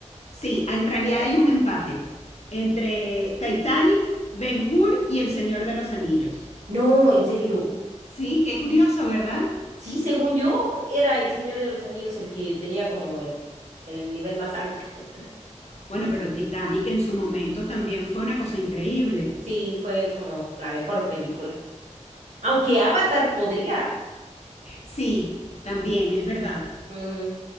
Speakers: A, on the left; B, on the right.
A: sí, en realidad
B: Bravo.
A: hay un empate entre Titanic, Ben Hur y El Señor de los Anillos.
B: No, en serio.
A: Sí, qué curioso, ¿verdad?
B: Sí, según yo, era el Señor de los Anillos el que tenía como el, el nivel más alto. <laughs>
A: Bueno, pero Titanic en su momento también fue una cosa increíble.
B: Sí, fue como la mejor película. Aunque Avatar podría.
A: Sí, también, es verdad.
B: Ujú.